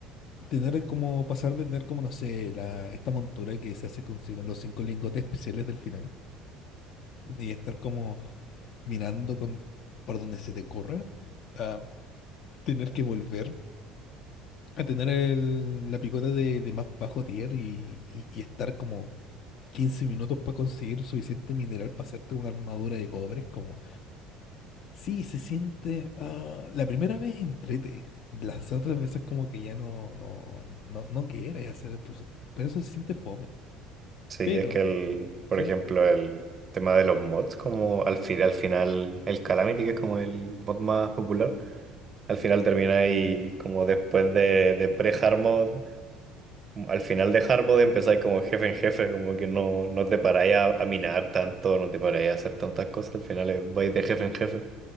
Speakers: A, on the left (about 60°); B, on the right (about 35°).
A: tener, como pasar de tener, como no sé, la, esta montura que se hace consigo los cinco lingotes especiales del final y estar como mirando con, por donde se te ocurra, a tener que volver. a tener el- la picota de, de más bajo tier y, y- y estar como 15 minutos para conseguir suficiente mineral para hacerte una armadura de cobre. es como, sí, se siente. ah, la primera vez entrete. Las otras veces como que ya no, no, no, no quieres hacer. pues, por eso se siente fome.
B: Sí,
A: Pero,
B: es que el, por
A: ¿sí?
B: ejemplo, el tema de los mods, como al fin, al final, el Calamity, que es como el mod más popular, al final termina ahí como después de, de pre-hard mod, como al final de hard mode empezáis como jefe en jefe, como que no, no te paráis a, a minar tanto, no te paráis a hacer tantas cosas, al final es- vais de jefe en jefe.